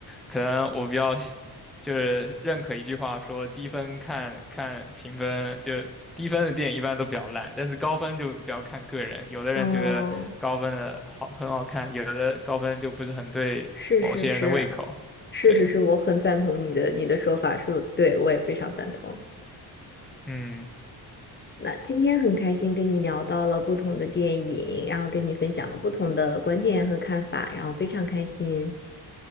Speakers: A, in the centre; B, on the left.
A: 可能我比较喜就是认可一句话说，低分看看评分，就低分的电影一般都比较烂，但是高分就比较看个人。有的人觉得高分的好很好看，
B: 嗯，
A: 有的高分就不是很对某些人的胃口。
B: 是是是，是是是，
A: 对，
B: 我很赞同你的你的说法，是对我也非常赞同。
A: 嗯
B: 那今天很开心跟你聊到了不同的电影，然后跟你分享了不同的观点和看法，然后非常开心。